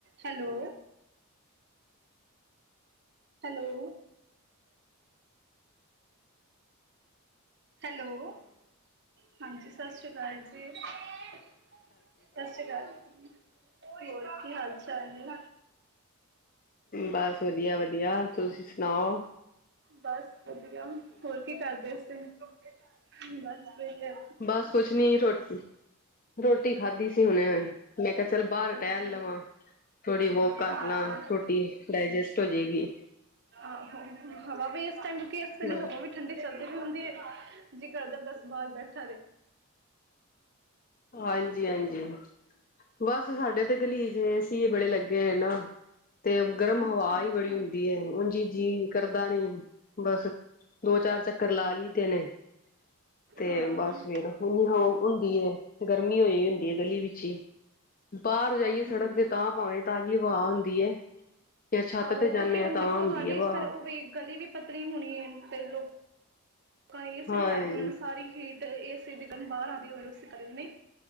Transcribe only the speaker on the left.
ਬਸ ਵਧੀਆ- ਵਧੀਆ। ਤੁਸੀਂ ਸੁਣਾਓ?
ਬਸ ਕੁਛ ਨੀ ਰੋਟੀ ਰੋਟੀ ਖਾਧੀ ਸੀ ਹੁਣੇ। ਮੈਂ ਕਿਹਾ ਚੱਲ ਬਾਹਰ
ਟਹਿਲ ਲਵਾਂ। ਥੋੜੀ ਬਹੁ ਕਰ
ਲਾ। ਡਾਇਜੈਸਟ ਹੋ ਜਾਏਗੀ।
ਹਾਂ।
ਹਾਂਜੀ-ਹਾਂਜੀ। ਬਸ ਸਾਡੇ ਤੇ ਗਲੀ ਚ ਏ ਸੀ ਏ ਬੜੇ ਲੱਗੇ ਹੋਏ ਨੇ ਨਾ। ਤੇ ਗਰਮ
ਹਵਾ ਹੀ ਬੜੀ ਹੁੰਦੀ ਐ। ਉ ਜੀ ਜੀ ਕਰਦਾ ਨੀ ਬਸ। ਦੋ ਚਾਰ ਚੱਕਰ ਲਾ ਲਈਦੇ ਨੇ ਤੇ
ਬਸ ਫੇਰ। ਹੁੰਮਸ ਹੁੰਦੀ ਐ। ਗਰਮੀ ਹੋ ਹੁੰਦੀ ਹੈ ਗਲੀ ਵਿੱਚ ਹੀ ਬਾਹਰ ਜਾਈਏ
ਸੜਕ
ਤੇ ਤਾਂ ਪਾਵੇਂ ਤਾਂਜੀ ਹਵਾ ਹੁੰਦੀ ਹੈ। ਜਾਂ ਛੱਤ
ਤੇ ਜਾਂਦੇ
ਹਾਂ ਤਾਂ
ਹੁੰਦੀ
ਵਾਹ
ਹਾਂ